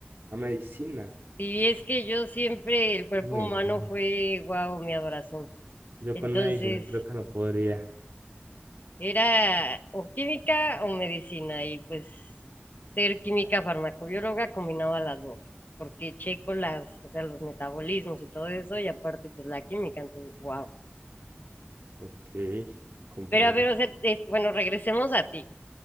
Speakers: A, on the right; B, on the left.
A: ¿A medicina?
B: Si es que yo siempre, el cuerpo
A: Uy,
B: humano
A: no.
B: fue, wow, mi adoración.
A: Yo
B: Entonces,
A: con medicina creo que no podría.
B: Era o química o medicina y pues ser química farmacobióloga combinaba las dos, porque checo las, o sea, los metabolismos y todo eso y aparte pues la química, entonces, wow.
A: Ok, comprendo.
B: Pero a ver, o sea, eh, bueno, regresemos a ti.